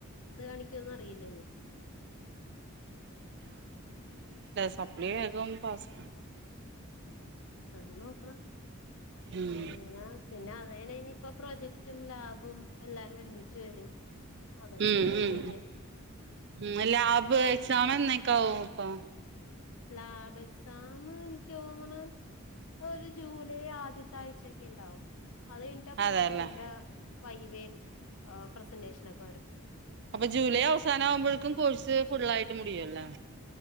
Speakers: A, on the left (about 70°); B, on the right (about 50°).
A: പഠിക്കേന്നും അറിയില്ലഇനി.
B: <unintelligible> പസ്
A: എന്ന നോക്കണം.
B: ഉം
A: അങ്ങനാ പിന്നെ അതായിനി ഇപ്പോം പ്രൊജക്ടും ലാഭും എല്ലാരും ഒരുമിച്ച് വരും. അതോടി
B: ഉം
A: കഴിഞ്ഞകഴിഞ്ഞ്.
B: ഉം ഉം ലാബ് എക്സാം എന്നക്കാവും അപ്പൊ?
A: ലാബ് എക്സാം എനിക്ക് തോന്നിണ്. ഒരു ജൂലൈ ആദ്യത്ത ആഴ്ചക്കെ ഉണ്ടാവും. അത് കഴിഞ്ഞിട്ട് പ്രൊജക്ടിന്റെ
B: അതെല്ലേ
A: വൈവയുംആ പ്രസന്റേഷന്ഒക്കെ.
B: അപ്പൊ ജൂലൈ അവസാനം ആവുമ്പോഴക്കും കോഴ്സ് ഫുളായിട്ട് മുടിയല്ലേ?